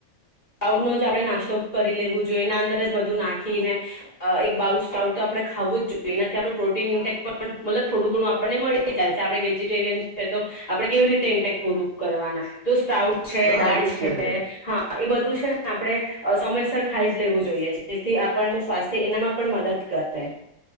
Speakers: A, on the left; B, on the right.
A: પઉડ નો જ આપણે નાસ્તો કરી લેવો જોઈએ, એના અંદર જ બધું નાખીને એક બાઉલ સ્પ્રાઉટ તો આપણે ખાવુંજ જોઈએ, એનાથી આપણું પ્રોટીન ઇન્ટેક પણ મતલબ થોડું ઘણું આપણને મળી જાય છે. આપણે વેજીિટેરિયન છે, તો આપણે કેવી રીતે ઇન્ટેક પૂરું કરવાના, તો સ્પ્રાઉટ છે,
B: હા
A: દાળ
B: એ તો
A: છે,
B: જ ને
A: હા એ બધું છે ને આપણે સમયસર ખાઈ જ લેવું જોઈએ, જેથી આપણને સ્વાસ્થ્ય એનામાં પણ મદદ કરે.